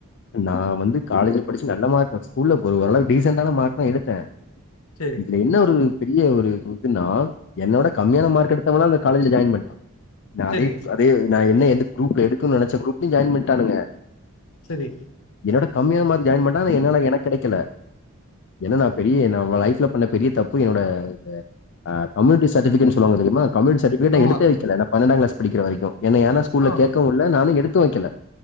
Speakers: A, on the left; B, on the left.
A: நா வந்து காலேஜ்ல படிச்சு நல்ல மார்க் ஸ்கூல்ல போ ஓரளவு டீசெண்டான மார்க் தா எடுத்தே
B: சரி
A: இதுல என்ன ஒரு பெரிய ஒரு இதுன்னா என்ன விட கம்மியான மார்க் எடுத்தவல்லாம் அந்த காலேஜில ஜாயின் பண்டா ந
B: சரி
A: அதே அதே நான் என்ன என் குரூப்ல எடுக்கனு நினைச்ச குரூப்லையும் ஜாயின் பண்ணிட்டானுங்க
B: சரி
A: என்ன விட கம்மியான மார்க் ஜாயின் பண்ணிடா என்னால எனக்கு கடைக்கல என்னனா பெரிய நா லைஃப்ல பண்ண பெரிய தப்பு என்னோட அந்த கம்யுனிட்டி சர்டிஃபிகேட் சொல்லுவாங்க தெரியுமா கம்யுனிட் கிட்ட
B: ஆமா
A: எடுத்தே வக்கல பன்னொன்டாம் கிளாஸ் படிக்கிற வரைக்கும் என்ன ஏன்னா ஸ்கூல்ல
B: ஆ
A: கேக்கவும்ல்ல நானும் எடு எடுத்து வைக்கல